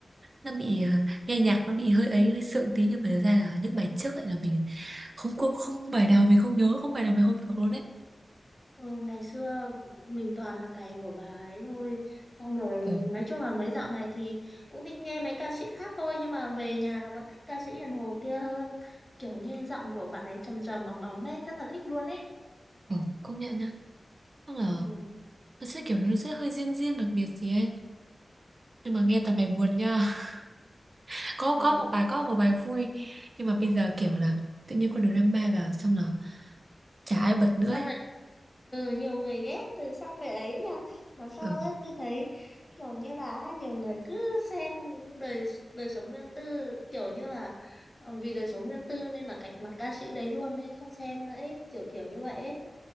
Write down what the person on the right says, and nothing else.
nó bị à, nghe nhạc nó bị hơi ấy hơi sượng tí nhưng mà thực ra là những bài trước lại là mình không có không bài nào mình không nhớ không bài nào mình không thuộc luôn đấy
ờ
ờ công nhận nhá tức là
nó sẽ kiểu nó sẽ hơi riêng riêng đặc biệt gì ấy nhưng mà nghe toàn bài buồn nha <laughs> có
có một bài có một bài vui nhưng mà bây giờ kiểu là tự nhiên có drama vào xong là chả ai bật
nữa ấy
ừ.